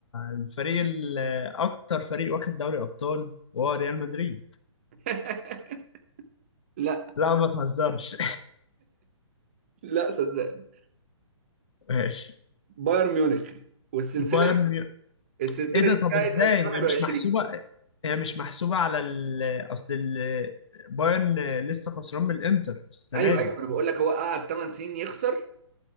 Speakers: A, on the left; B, on the right.
A: الفريق ال- اكتر فريق واخد دوري ابطال وهو ريال مدريد
B: <laughs> لا
A: لا ما تهزرش
B: لا صدقني
A: <laughs> ماشي
B: بايرن ميونخ والسلسله
A: بايرن
B: دي
A: ميو...
B: السلسله
A: ايه ده
B: دي
A: طب
B: بتاعت
A: ازاي
B: 2021
A: هي مش محسوبه هي مش محسوبه على ال... اصل ال... بايرن لسه خسران من الانتر السنه
B: ايوه
A: دي
B: ايوه انا بقول لك هو قعد 8 سنين يخسر